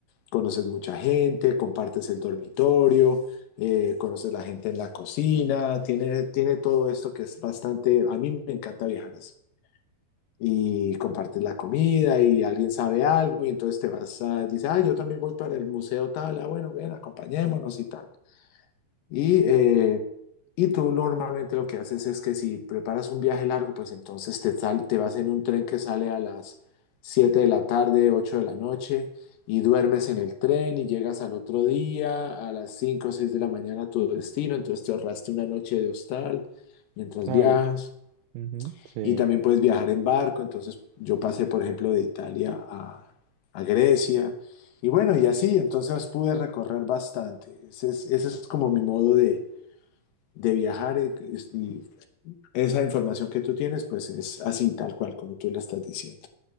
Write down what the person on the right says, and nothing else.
Claro.
ujú, Sí.